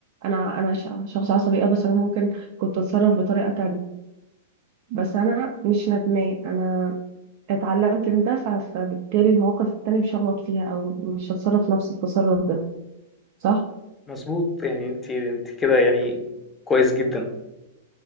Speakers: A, on the right (about 55°); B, on the left (about 15°).
A: انا انا ش- شخص عصبي اه بس انا ممكن كنت اتصرف بطريقه تانية بس انا مش ندمان انا اتعلمت من ده ف... فبالتالي المواقف التانية مش هغلط فيها او مش هتصرف نفس التصرف ده صح؟
B: مضبوط، يعني أنتِ أنتِ كده يعني كويس جدًا.